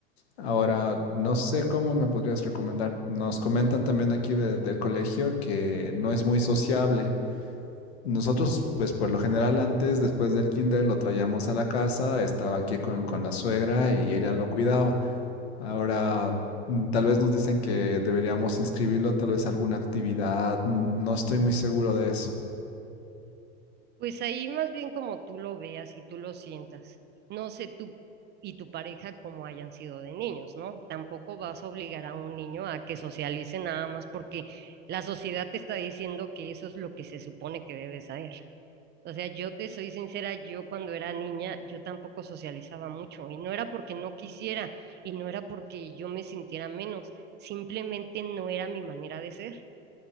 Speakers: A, on the left (about 80°); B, on the right (about 35°).
A: Ahora, no sé cómo me podrías recomendar. Nos comentan también aquí de- del colegio que no es muy sociable. Nosotros, pues por lo general antes, después del kinder, lo traíamos a la casa, estaba aquí con, con la suegra y ella lo cuidaba. Ahora, mm, tal vez nos dicen que deberíamos inscribirlo, tal vez a alguna actividad. No estoy muy seguro de eso.
B: Pues ahí más bien como tú lo veas y tú lo sientas. No sé tú y tu pareja cómo hayan sido de niños, ¿no? Tampoco vas a obligar a un niño a que socialice nada más porque la sociedad te está diciendo que eso es lo que se supone que debes hacer. O sea, yo te soy sincera, yo cuando era niña, yo tampoco socializaba mucho y no era porque no quisiera y no era porque yo me sintiera menos, simplemente no era mi manera de ser.